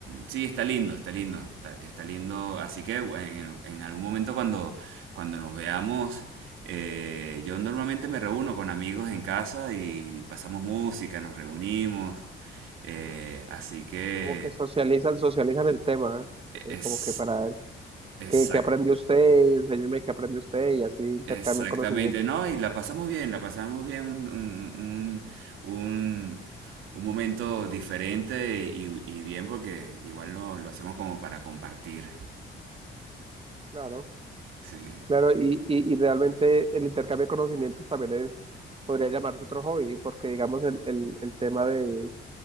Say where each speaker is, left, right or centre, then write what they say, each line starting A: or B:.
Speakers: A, on the right; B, on the right.
A: sí, está lindo, está lindo, está, está lindo. Así que bueno, en, en algún momento cuando, cuando nos veamos, eh, yo normalmente me reúno con amigos en casa y pasamos música, nos reunimos. Eh, así que
B: como que socializan, socializan el tema, ¿eh?
A: es
B: Eh, como que para ver
A: exacto.
B: qué, qué aprendió usted, enséñeme qué aprendió usted y así intercambian
A: Exactamente,
B: conocimiento,
A: ¿no? Y la pasamos bien, la pasamos bien, un, un, un, un- un momento diferente y, y bien porque igual lo, lo hacemos como para compartir.
B: claro.
A: Sí.
B: Claro, y, y, y realmente el intercambio de conocimientos también es, podría llamarse otro hobby, porque digamos el, el, el tema de,